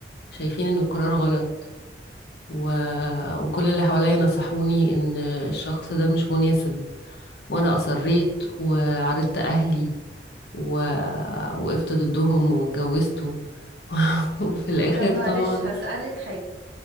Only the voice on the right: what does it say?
طب معلش
هسألك حاجة